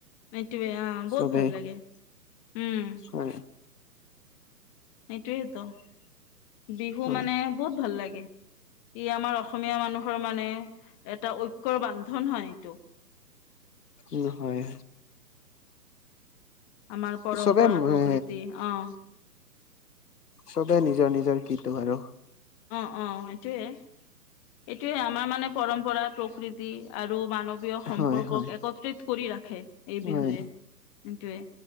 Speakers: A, on the left; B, on the left.
A: এইটোৱে আ, বহুত
B: চবে
A: ভাল লাগে উম,
B: হয়
A: সটোৱেই ত' বিহু
B: হয়
A: মানে বহুত ভাল লাগে ই আমাৰ অসম অসমীয়া মানুহৰ মানে এটা ঐক্যৰ বান্ধন হয় এইটো।
B: উম, হয়।
A: আমাৰ পৰম্পৰা
B: চবে
A: প্ৰকৃতি
B: এ
A: আহ
B: চবে নিজৰ নিজৰ কিটো আৰু
A: অ' এইটোৱে এইটোৱে আমাৰ মানে পৰম্পৰা প্ৰকৃতি আৰু মানৱীয় সম্পৰ্কক
B: হয় হয়
A: একত্ৰিত কৰি ৰাখে এই
B: হয়,
A: বিহুৱে সেইটোৱে